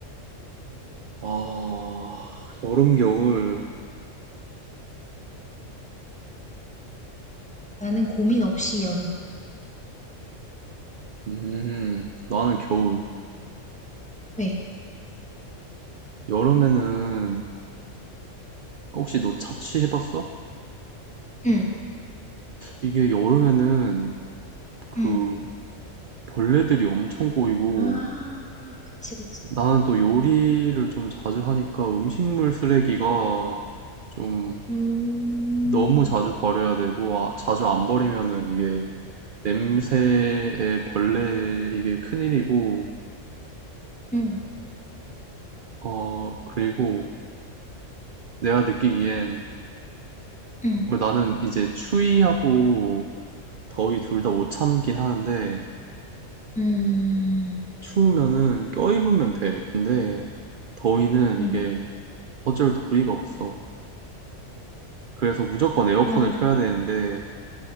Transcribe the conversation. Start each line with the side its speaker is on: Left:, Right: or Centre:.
Right: 아, 여름, 겨울
Centre: 나는 고민 없이 여름.
Right: 음, 나는 겨울.
Centre: 왜?
Right: 여름에는, 혹시 너 자취해봤어?
Centre: 응,
Right: 이게 여름에는 그
Centre: 응,
Right: 벌레들이 엄청 꼬이고,
Centre: 아, 그치, 그치.
Right: 나는 또 요리를 좀 자주 하니까 음식물 쓰레기가 좀
Centre: 음,
Right: 너무 자주 버려야 되고, 아, 자주 안 버리면은 이게 냄새에 벌레에 이게 큰일이고,
Centre: 응,
Right: 어, 그리고 내가 느끼기엔,
Centre: 응,
Right: 어, 나는 이제 추위하고 더위 둘 다 못 참긴 하는데,
Centre: 음,
Right: 추우면은 껴입으면 돼. 근데, 더위는 이게
Centre: 응.
Right: 어쩔 도리가 없어. 그래서 무조건 에어컨을
Centre: 그럼,
Right: 켜야 되는데,